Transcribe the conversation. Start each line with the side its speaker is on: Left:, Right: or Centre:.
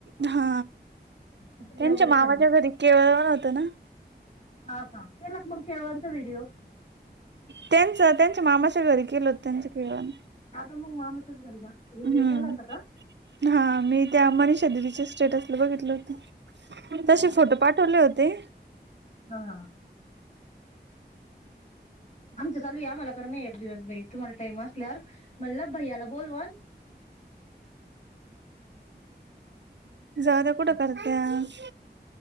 Right: हा
Left: कपडे
Right: त्यांच्या
Left: वगैरे
Right: मामाच्या
Left: खरेदी
Right: घरी केळवण होतं ना
Left: हा का केलात मग केळवणचा व्हिडिओ
Right: त्यांच त्यांच्या मामाच्या घरी केलं होत त्यांच केळवण
Left: हां <inaudible> मग मामाच्याच घरचा व्हिडिओ
Right: हम्म
Left: केला होता का
Right: हा मी त्या मनीषा दिदीच्या स्टेटसला बघितल होतं तसे
Left: हा
Right: फोटो पाठवले होते
Left: हा आमचं चालू हे आम्हांला करणं हे एक दिवस बाई तुम्हांला टाईम असल्यावर म्हणलं भैय्याला बोलवन
Right: जाऊद्या
Left: काय
Right: कुठं करत्यात